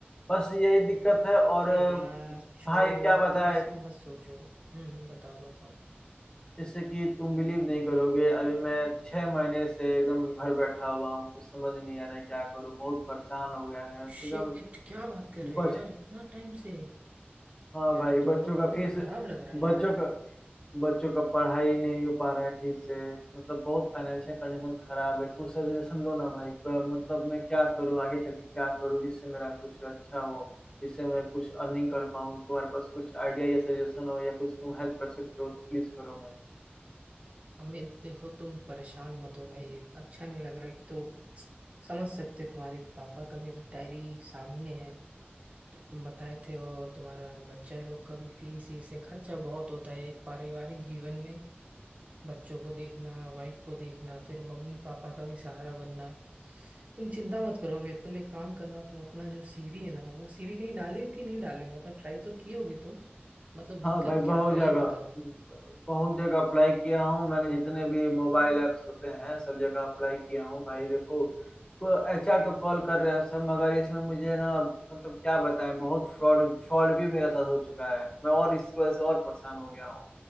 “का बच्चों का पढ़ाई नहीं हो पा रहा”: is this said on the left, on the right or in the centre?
Left